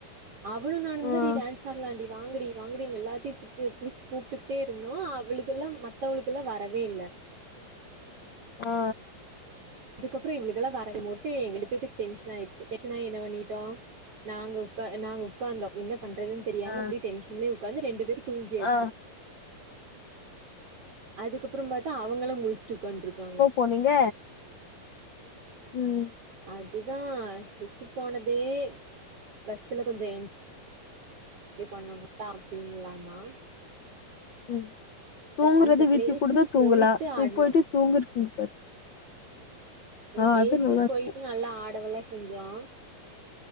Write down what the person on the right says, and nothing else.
அவ்ளு நானுதா
டி டான்ஸ் ஆட்லான்டி வாங்கடி வாங்கடினு எல்லா கத்திபுட்டு புடிச்சு கூப்டுகிட்டே இருந்தோ அவளுகலா மத்தவளுகல்லா வரவே இல்ல
அதுக்கப்றோ இவ்ளுகெலா வர மொட்டு எங்க ரெண்டு பேத்துக்கு டென்ஷன் ஆயிடுச்சு டென்ஷனாயி என்ன பண்ணிடோ நாங்க உக்க நாங்க உக்காந்தோ என்ன பண்றதுன் தெரியாம
அப்டியே டென்ஷன்லயே உக்காந்து ரெண்டு பேர் தூங்கியாச்சு
அதுக்கப்றோ பாத்தா அவங்களு முழிச்சுட்டு உக்காண்ருக்காங்க
அதுதா ட்ரிப்பு போனதயே பஸ்ல கொஞ்சொ என் ஜாய் பண்ணணுதா அப்டின்லானா
அந்த
பிளேஸுக்கு
போயிட்டு
ஆடணு
அந்த
பிளேஸுக்
போய்ட்டு
நல்லா ஆடவெல்லா செஞ்சோ